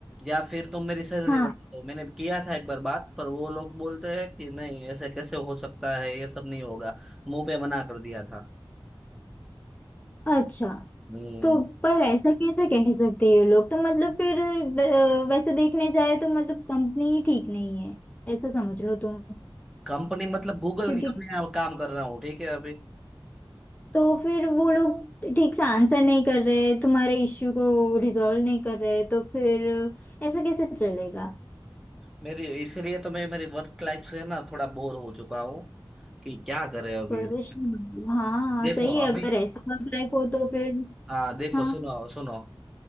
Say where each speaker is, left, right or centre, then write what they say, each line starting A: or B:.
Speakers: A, in the centre; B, on the left.
A: या फिर तुम मेरी सैलरी
B: हाँ
A: बढ़ा दो मैंने किया था एक बार बात पर वो लोग बोलते हैं कि नहीं ऐसे कैसे हो सकता है ये सब नहीं होगा मुंह पे मना कर दिया था
B: अच्छा
A: हम्म
B: तो पर ऐसा कैसे कह सकते हैं ये लोग तो मतलब फिर अ, वैसे देखने जाए तो मतलब कंपनी ही ठीक नहीं है ऐसा समझ लो तुम
A: कंपनी मतलब गूगल
B: क्योंकि
A: की कंपनी में काम कर रहा हूँ ठीक है अभी
B: तो फिर वो लोग ठीक से आंसर नहीं कर रहे तुम्हारे इश्यू को रिजॉल्व नहीं कर रहे तो फिर ऐसा कैसे चलेगा
A: मेरी इसलिए तो मैं मेरी वर्क लाइफ से ना थोड़ा बोर हो चुका हूँ कि क्या करे अभी
B: परेशान
A: इसमें
B: हाँ
A: देखो
B: सही है
A: अभी
B: अगर ऐसा वर्क लाइफ हो तो फिर
A: हाँ देखो
B: हाँ
A: सुनो सुनो